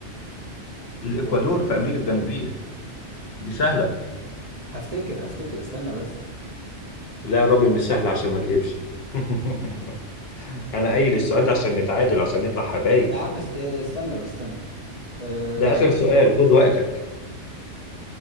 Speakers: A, on the right (about 40°); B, on the left (about 65°).
A: الإكوادور
B: الإكوادور في أمريكا الجنوبية دي سهلة
A: هفتكر هفتكر استنى بس
B: لا يا ربي مش سهل عشان ما أكدبش <laughs> أنا قايل السؤال ده عشان نتعادل عشان نطلع حبايب
A: يا عم اس- آه، استنى بس استنى أه
B: ده آخر سؤال خد وقتك